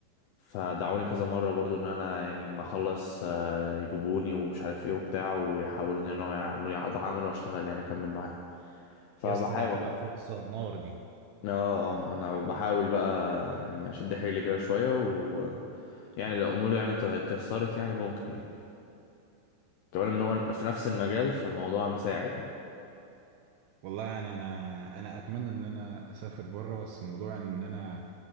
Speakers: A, on the left; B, on the right.
A: فدعوني كذا مرة برضو ان انا يعني ما اخلص آه، يجيبوني ومش عارف ايه وبتاع ويحاولوا ان انا يعملوا يعد- عمل واشتغل يعني اكمل معاهم فبحاول
B: يا اسطى دي هتبقى فرصة نار دي
A: اه آه، ما انا بحاول بقى يعني اشد حيلي كده شوية و يعني لو اموري يعني ت- اتيسرت يعني ممكن يعني كمان ان هو في نفس المجال فالموضوع مساعد يعني
B: والله يعني انا انا اتمنى ان انا اسافر بره بس موضوع ان انا